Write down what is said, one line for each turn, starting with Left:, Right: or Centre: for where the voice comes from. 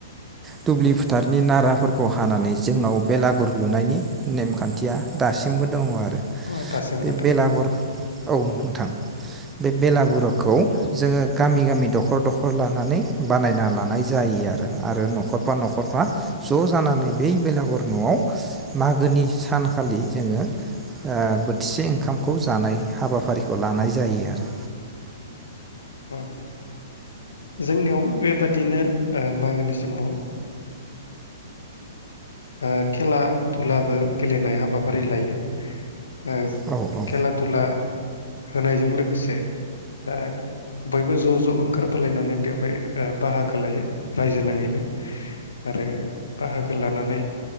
Right: दुब्लि फोथारनि नाराफोरखौ हानानै जोंनाव बेलागुर लुनायनि नेमखान्थिया दासिमबो दङ आरो।
Left: अ दासिमबो
Right: बे
Left: दं।
Right: बेलागुर औ नोंथां बे बेलागुरखौ जोङो गामि गामि दखर दखर लानानै बानायना लानाय जायो आरो आरो न'खरफा न'खरफा ज' जानानै बै बेलागुर न'आव मागोनि सानखालि जोङो ओ बोथिसे ओंखामखौ जानाय हाबाफारिखौ लानाय जायो आरो।
Left: औ जोंनियावबो बेबादिनो ओ मागोनि समाव ओ खेला धुलाबो गेलेनाय हाबाफारि लायो ओ
Right: औ औ
Left: खेला दुला होनायजों लोगोसे दा बयबो ज' ज' ओंखार बोलायनानै बेवहाय बाहागो लायो रायजो नाङैनो आरो बाहागो लानानै